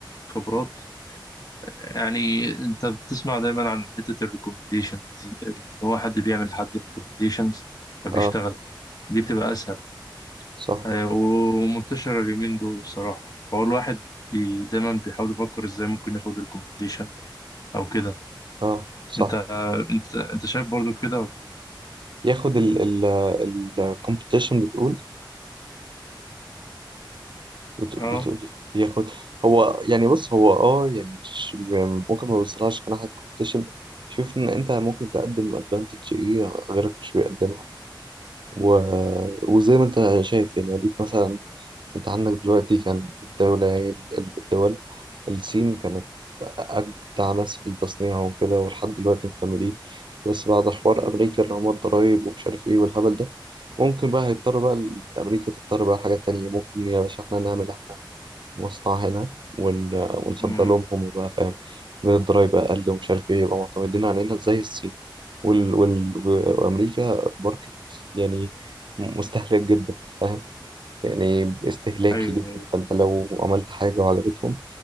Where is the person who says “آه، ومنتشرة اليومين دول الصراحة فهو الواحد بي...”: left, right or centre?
Left